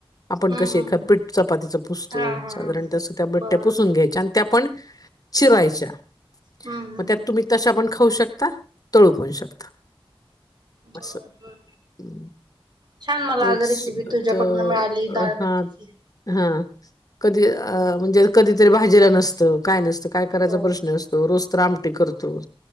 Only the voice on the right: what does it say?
हम्म
हम्म
हा हा
हा
बर
बर
हम्म हम्म
ब
बर
छान मला
आज रेसिपी तुझ्याकडून
मिळाली द
ची
हो
हो